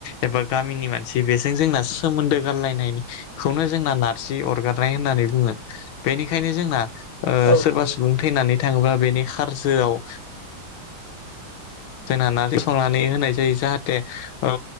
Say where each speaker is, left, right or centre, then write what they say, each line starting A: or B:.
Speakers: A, on the left (about 80°); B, on the left (about 35°).
A: एबा गामिनि मानसि बेजों जोंना सोमोन्दो गारलायनाय बेखौनो जोंना नारजि अरगारनाय होननानै बुङो। बेनिखायनो जोंना ओ
B: औ
A: सोरबा
B: नंगौ नोंथां
A: सुबुं थैनानै जेनेबा बेनि खारजोआव जोंहा नारजि संनानै होनाय जायो। जाहाथे औ